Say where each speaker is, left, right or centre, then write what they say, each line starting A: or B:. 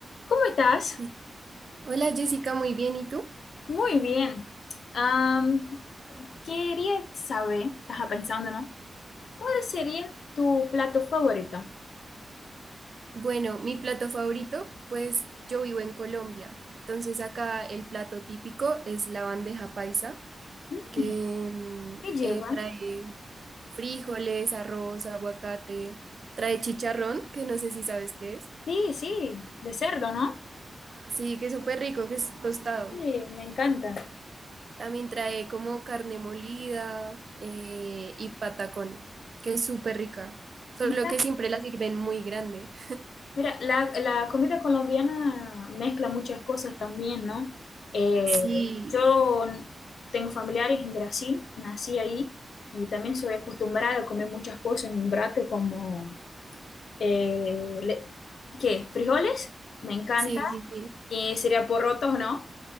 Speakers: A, on the left; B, on the right.
A: ¿Cómo estás?
B: Y- Hola Jessica, muy bien. ¿Y tú?
A: Muy bien. Am, quería saber, estaba pensando, ¿no? ¿Cuál sería tu plato favorito?
B: Bueno, mi plato favorito, pues yo vivo en Colombia. Entonces acá el plato típico es la bandeja paisa,
A: Mm,
B: que mm,
A: ¿Qué lleva?
B: eh, trae frijoles, arroz, aguacate, trae chicharrón, que no sé si sabes qué es.
A: Sí, sí, de cerdo, ¿no?
B: Sí, que es súper rico, que es tostado.
A: Sí, me encanta.
B: También trae como carne molida eh, y patacón, que es súper rica. Solo
A: Mira,
B: que siempre la sirven muy grande.
A: mira, la, la comida colombiana mezcla muchas cosas también, ¿no? Eh,
B: Sí,
A: yo tengo familiares en Brasil, nací ahí y también soy acostumbrada a comer muchas cosas en Brasil como... eh, le- ¿qué? Frijoles, me encanta,
B: sí, sí, sí.
A: y sería porrotos, ¿no?